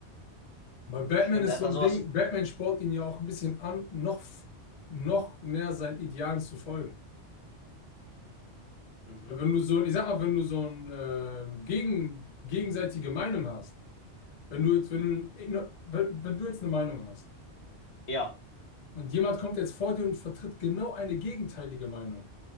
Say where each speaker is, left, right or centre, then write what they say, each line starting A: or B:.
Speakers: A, on the left; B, on the left.
A: Weil Batman
B: Stimmt,
A: ist
B: er hat
A: so
B: da
A: ein
B: sowas.
A: Ding, Batman spornt ihn ja auch ein bisschen an, noch, noch mehr seinen Idealen zu folgen.
B: Mhm.
A: Weil Wenn du so, ich sag mal, wenn du so eine äh, gegen, gegenseitige Meinung hast, wenn du jetzt, wenn du, ein- wenn, wenn du jetzt eine Meinung hast,
B: Ja,
A: und jemand kommt jetzt vor dir und vertritt genau eine gegenteilige Meinung,